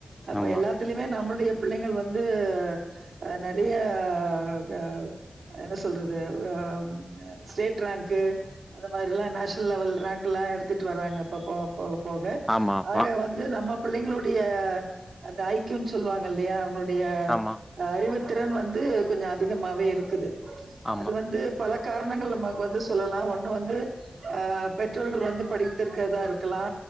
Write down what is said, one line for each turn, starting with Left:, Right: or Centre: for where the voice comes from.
Right: அப்ப
Centre: ஆமா
Right: எல்லாத் திலமே நம்மளுடைய பிள்ளைங்கள் வந்து அ நெறைய அ என்ன சொல்றது அ ஸ்டேட் ரேங்க்கு அந்த மாரிலா நேஷனல் லவல் ரேங்கெலா எடுத்துட்டு வராங்க இப்ப போக போ க
Centre: ஆமா ஆமா
Right: ஆக வந்து நம்ம பிள்ளைங்களுடைய அத ஐ க்யூ ன் சொல்லுவாங்க இல்லையா அவங்க ளுடைய
Centre: ஆமா
Right: அறிவுத்திறன் வந்து கொஞ்ச அதிகமாவே இருக்குது
Centre: ஆமா
Right: அது வந்து பல காரணங்கள் நமக் வந்து சொல்லலா ஒண்ணு வந்து அ பெற்றோர்கள் வந்து படித்திருக்கறதா இருக்கலா